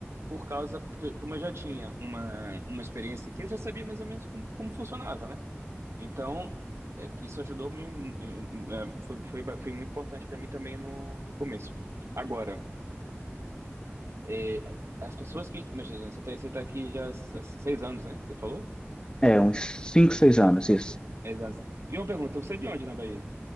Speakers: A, on the right (about 70°); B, on the left (about 20°).
A: por causa. Porque, como eu já tinha uma, uma experiência que eu já sabia mais ou menos como, como funcionava, né? Então, é, isso ajudou me. hum, hum, é, Foi, foi, ba- foi muito importante para mim também no, no começo. Agora, é, as pessoas que. Imagina, você está você tá aqui já há seis anos, né? Você falou?
B: É, uns cinco, seis anos, isso.
A: É, Exato. E uma pergunta, você é de onde na Bahia?